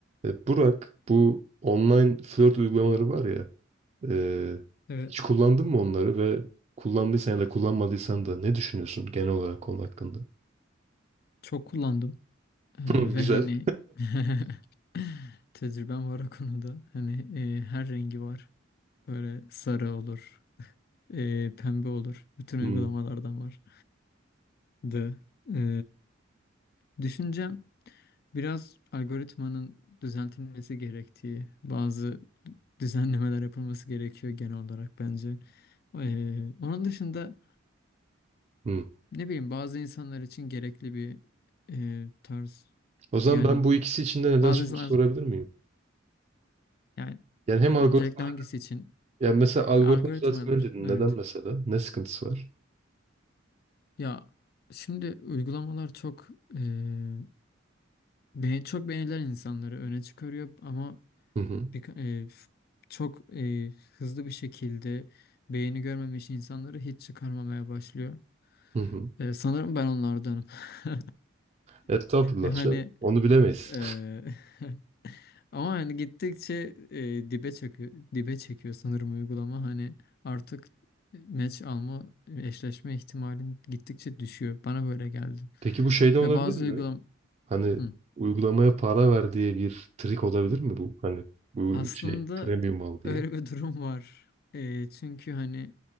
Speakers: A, on the right; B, on the left.
A: E, Burak, bu online flört uygulamaları var ya, e,
B: Evet,
A: hiç kullandın mı onları ve kullandıysan ya da kullanmadıysan da ne düşünüyorsun genel olarak konu hakkında?
B: çok kullandım Ee,
A: <laughs>
B: ve
A: Güzel.
B: hani <laughs> tecrübem var o konuda. Hani e, her rengi var. Böyle sarı olur, <laughs> e, pembe olur. Bütün uygulamalardan
A: Hmm,
B: var. Da e, düşüncem biraz algoritmanın düzeltilmesi gerektiği, bazı düzenlemeler yapılması gerekiyor genel olarak bence. E, onun dışında.
A: hmm.
B: Ne bileyim bazı insanlar için gerekli bir e, tarz.
A: O zaman
B: Yani
A: ben bu ikisi içinde neden
B: bazı
A: soru
B: insanlar
A: sorabilir miyim?
B: yani
A: Yani hem algoritma,
B: öncelikle hangisi için?
A: yani mesela algoritma
B: Ha, Algoritmalar
A: düzeltmeli dedin.
B: evet.
A: Neden mesela? Ne sıkıntısı var?
B: Ya şimdi uygulamalar çok e, beğen- çok beğenilen insanları öne çıkarıyor ama
A: Hı hı,
B: bir, e, f- çok e, hızlı bir şekilde beğeni görmemiş insanları hiç çıkarmamaya başlıyor.
A: hı hı.
B: E, sanırım ben onlardanım. <laughs>
A: Estağfurullah
B: Ve Hani
A: canım. Onu bilemeyiz.
B: e, <laughs> Ama hani gittikçe e, dibe çekiyor, dibe çekiyor sanırım uygulama. Hani artık maç alma, eşleşme ihtimalin gittikçe düşüyor. Bana böyle geldi.
A: <laughs> Peki bu şeyden olabilir
B: Ve bazı
A: mi?
B: uygulam
A: Hani
B: Hı.
A: uygulamaya para ver diye bir trik olabilir mi bu? Hani bu
B: Aslında
A: şey premium al diye.
B: öyle bir durum var. E, çünkü hani